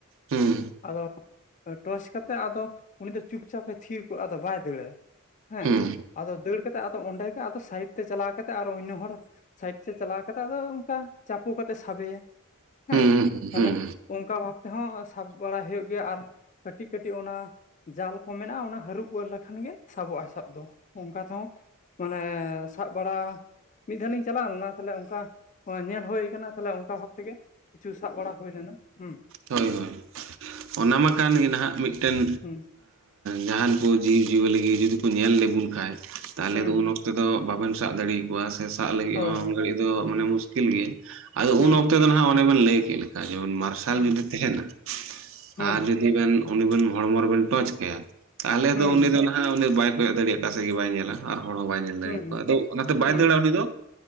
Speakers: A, on the right (about 60°); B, on the left (about 35°).
A: ᱦᱩᱸ
B: ᱾ ᱟᱫᱚ ᱴᱚᱨᱪ ᱠᱟᱛᱮᱫ ᱟᱫᱚ ᱩᱱᱤ ᱫᱚ ᱪᱩᱯᱪᱟᱯ ᱮ ᱛᱷᱤᱨ ᱠᱚᱜᱼᱟ ᱟᱫᱚ ᱵᱟᱭ ᱫᱟᱹᱲᱟᱭ ᱦᱮᱸ
A: ᱦᱩᱸ
B: ᱾ ᱟᱫᱚ ᱫᱟᱹᱲ ᱠᱟᱛᱮᱜ ᱟᱫᱚ ᱚᱸᱰᱮ ᱜᱮ ᱟᱫᱚ ᱥᱟᱭᱤᱰ ᱛᱮ ᱪᱟᱞᱟᱣ ᱠᱟᱛᱮ ᱟᱨᱚ ᱚᱱᱳ ᱦᱚᱲ ᱥᱟᱭᱤᱰ ᱛᱮ ᱪᱟᱞᱟᱣ ᱠᱟᱛᱮᱜ ᱟᱫᱚ ᱚᱱᱠᱟ ᱪᱟᱯᱚ ᱠᱟᱛᱮᱜ ᱥᱟᱵᱮᱭᱟ ᱦᱮᱸ
A: ᱦᱩᱸ ᱦᱩᱸ
B: ᱛᱟᱦᱞᱮ
A: ᱦᱩᱸ
B: ᱚᱱᱠᱟ ᱵᱷᱟᱵ ᱛᱮᱦᱚᱸ ᱥᱟᱵ ᱵᱟᱲᱟ ᱦᱩᱭᱩᱜ ᱜᱮᱭᱟ ᱟᱨ ᱠᱟᱹᱴᱤᱡ ᱠᱟᱹᱴᱤᱡ ᱚᱱᱟ ᱡᱟᱞ ᱠᱚ ᱢᱮᱱᱟᱜᱼᱟ ᱚᱱᱟ ᱦᱟᱹᱨᱩᱵ ᱜᱚᱫ ᱞᱮᱠᱷᱟᱱ ᱜᱮ ᱥᱟᱵᱚᱜᱼᱟ ᱥᱟᱵ ᱫᱚ ᱚᱱᱠᱟ ᱛᱮᱦᱚᱸ ᱢᱟᱱᱮ ᱥᱟᱵ ᱵᱟᱲᱟ ᱢᱤᱫ ᱫᱷᱟᱣ ᱞᱤᱧ ᱪᱟᱞᱟᱣ ᱞᱮᱱᱟ ᱛᱟᱦᱞᱮ ᱚᱱᱠᱟ ᱧᱮᱞ ᱦᱩᱭ ᱠᱟᱱᱟ ᱛᱟᱦᱚᱞᱮ ᱚᱱᱠᱟ ᱵᱷᱟᱵ ᱛᱮᱜᱮ ᱠᱤᱪᱷᱩ ᱥᱟᱵ ᱵᱟᱲᱟ ᱦᱩᱭ ᱞᱮᱱᱟ ᱦᱩᱸ
A: ᱦᱳᱭ ᱦᱳᱭ ᱚᱱᱟ ᱢᱟ ᱠᱟᱱ ᱜᱮ ᱱᱟᱦᱟᱜ ᱢᱤᱫᱴᱮᱱ
B: ᱦᱩᱸ
A: ᱡᱟᱦᱟᱱ ᱠᱚ ᱡᱤᱣᱤᱡᱤᱭᱟᱹᱞᱤ ᱡᱩᱫᱤ ᱠᱚ ᱧᱮᱞ ᱞᱮᱵᱩᱞ ᱠᱷᱟᱱᱡ ᱛᱟᱦᱚᱞᱮ
B: ᱦᱩᱸ
A: ᱫᱚ
B: ᱦᱩᱸ
A: ᱩᱱ ᱚᱠᱛᱚ ᱛᱮᱫᱚ ᱵᱟᱵᱮᱱ ᱥᱟᱵ ᱫᱟᱲᱮ ᱟᱠᱚᱣᱟ ᱥᱮ ᱥᱟᱵ ᱞᱟᱹᱜᱤᱫ
B: ᱦᱳᱭ
A: ᱦᱚᱸ
B: ᱦᱳᱭ
A: ᱜᱷᱟᱹᱲᱤᱡ ᱫᱚ ᱢᱟᱱᱮ ᱢᱩᱥᱠᱤᱞ ᱜᱮᱭᱟ ᱾ ᱟᱫᱚ
B: ᱦᱩᱸ
A: ᱩᱱ ᱚᱠᱛᱚ
B: ᱦᱩᱸ
A: ᱫᱚ ᱱᱟᱦᱟᱜ ᱚᱱᱮ ᱵᱮᱱ ᱞᱟᱹᱭ ᱠᱮᱫ ᱞᱮᱠᱟ ᱡᱮ ᱢᱟᱥ <unintelligible> ᱠᱷᱟᱞ
B: ᱦᱩᱸ
A: ᱡᱩᱫᱤ ᱛᱟᱦᱮᱱᱟ
B: ᱦᱩᱸ
A: ᱟᱨ ᱡᱩᱫᱤ ᱵᱮᱱ ᱩᱱᱤᱵᱮᱱ ᱦᱚᱲᱢᱚ ᱨᱮᱵᱮᱱ ᱴᱚᱪ ᱠᱟᱭᱟ ᱛᱟᱦᱚᱞᱮ
B: ᱦᱩᱸ
A: ᱫᱚ ᱩᱱᱤ ᱫᱚ ᱱᱟᱦᱟᱜ ᱩᱱᱤ ᱵᱟᱭ ᱠᱚᱭᱚᱜ ᱫᱟᱲᱮᱭᱟᱜ ᱚᱠᱟᱥᱮᱫ ᱜᱮ ᱵᱟᱭ ᱧᱮᱞᱟ ᱟᱨ ᱦᱚᱲ ᱦᱚᱸ ᱵᱟᱭ ᱧᱮᱞ ᱫᱟᱲᱮᱣᱟ
B: ᱦᱩᱸ ᱦᱩᱸ
A: ᱠᱟ ᱟᱫᱚ ᱚᱱᱟᱛᱮ ᱵᱟᱭ
B: ᱦᱩᱸ
A: ᱫᱟᱹᱲᱟ
B: ᱦᱩᱸ
A: ᱩᱱᱤ ᱫᱚ